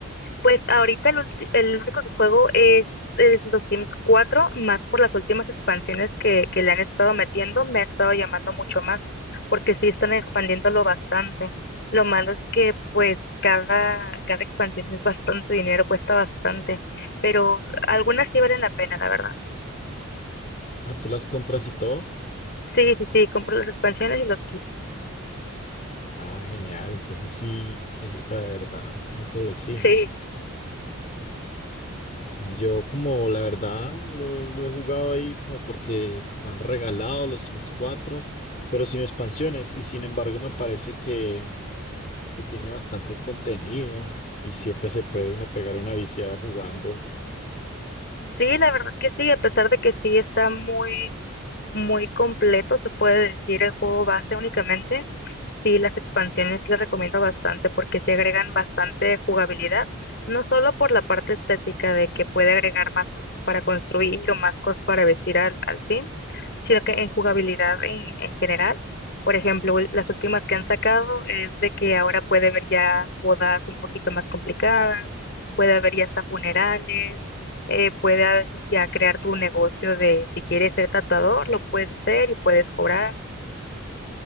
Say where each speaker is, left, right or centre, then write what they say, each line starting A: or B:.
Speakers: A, on the left; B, on the left.
A: Pues ahorita el, ulti- el único que juego es, eh, los Sims 4 más por las últimas expansiones que, que le han estado metiendo, me ha estado llamando mucho más, porque sí están expandiéndolo bastante. Lo malo es que pues cada, cada expansión es bastante dinero, cuesta bastante, pero algunas sí valen la pena, la verdad.
B: Ah, ¿tú las compras y todo?
A: Sí, sí, sí, compro las expansiones y los kits.
B: Ah, genial. Entonces sí te gusta de verdad, no todos los Sims.
A: Sí,
B: Yo como la verdad lo, lo he jugado ahí como porque me han regalado los Sims cuatro, pero sin expansiones. Y sin embargo me parece que, que tiene bastante contenido y siempre se puede uno pegar una viciada jugando.
A: sí, la verdad que sí, a pesar de que sí está muy, muy completo, se puede decir el juego base únicamente. Sí, las expansiones les recomiendo bastante porque se agregan bastante jugabilidad, no solo por la parte estética de que puede agregar más cosas para construir o más cosas para vestir al, al sim, sino que en jugabilidad en, en general. Por ejemplo, ul- las últimas que han sacado es de que ahora puede haber ya bodas un poquito más complicadas, puede haber ya hasta funerales, eh, puede a veces ya crear tu negocio de si quieres ser tatuador, lo puedes hacer y puedes cobrar.